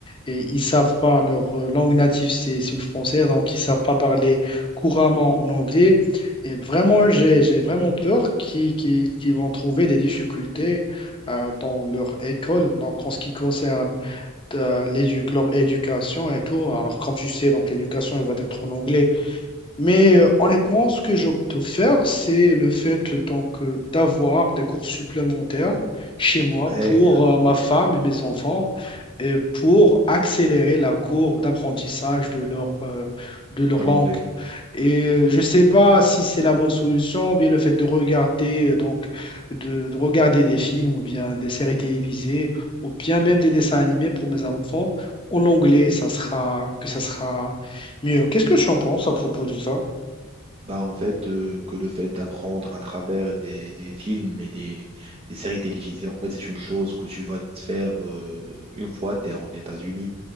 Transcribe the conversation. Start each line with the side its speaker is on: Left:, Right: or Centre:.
Left: et ils savent pas leur euh, langue native, c'est c'est le français. Donc, ils savent pas parler couramment en anglais. Et vraiment, j'ai, j'ai vraiment peur qu'ils qu'ils- qu'ils vont trouver des difficultés euh, dans leur école. Donc, en ce qui concerne euh, l'édu- leur éducation et tout. Alors, comme tu sais, donc, l'éducation, elle va être en anglais. Mais euh, honnêtement, ce que j'opte pour faire, c'est le fait euh, donc euh, d'avoir des cours supplémentaires chez moi
Right: Ouais,
Left: pour euh, ma femme et mes enfants et pour accélérer la courbe d'apprentissage de leur, euh, de leur
Right: de l'anglais.
Left: langue. Et euh, je ne sais pas si c'est la bonne solution, ou bien le fait de regarder, euh, donc, de, de regarder des films ou bien des séries télévisées ou bien même des dessins animés pour mes enfants en anglais, ça sera, que ça sera mieux. Qu'est-ce que tu en penses à propos de ça?
Right: Bah, en fait, euh, que le fait d'apprendre à travers des, des films et des, des séries télévisées, en fait, c'est une chose que tu vas te faire euh, une fois tu es en États-Unis.